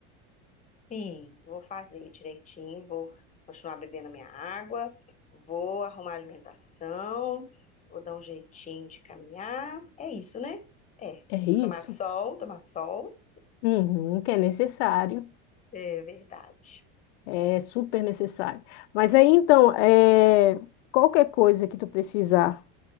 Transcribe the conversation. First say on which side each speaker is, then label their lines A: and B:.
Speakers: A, on the left (about 20°); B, on the left (about 80°).
A: Sim, vou fazer direitinho, vou continuar bebendo a minha água, vou arrumar a alimentação, vou dar um jeitinho de caminhar. É isso, né? É.
B: É isso.
A: Tomar sol, tomar sol.
B: Uhum, que é necessário,
A: É verdade.
B: é super necessário. Mas aí então, é, qualquer coisa que tu precisar,